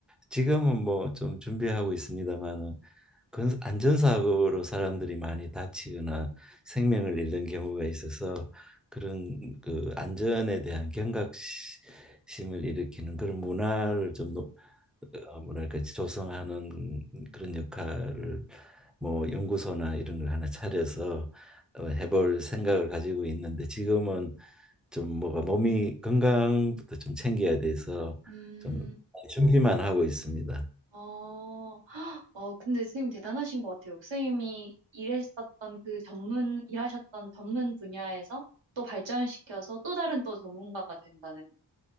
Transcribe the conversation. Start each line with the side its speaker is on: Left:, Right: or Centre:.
Centre: 지금은 뭐 좀 준비하고 있습니다만은 건 안전사고로 사람들이 많이 다치거나 생명을 잃는 경우가 있어서 그런 그 안전에 대한 경각심을 일으키는 그런 문화를 좀 노- 어, 뭐랄까 조성하는 그런 역할을 뭐 연구소나 이런 걸 하나 차려서 어, 해볼 생각을 가지고 있는데 지금은 좀 뭐가 몸이 건강부터 좀 챙겨야 돼서
Right: 음,
Centre: 좀 준비만 하고 있습니다.
Right: 어, 헉, 어, 근데 선생님 대단하신 것 같아요. 선생님이 일했었던 그 전문, 일하셨던 전문 분야에서 또 발전시켜서 또 다른 또 전문가가 된다는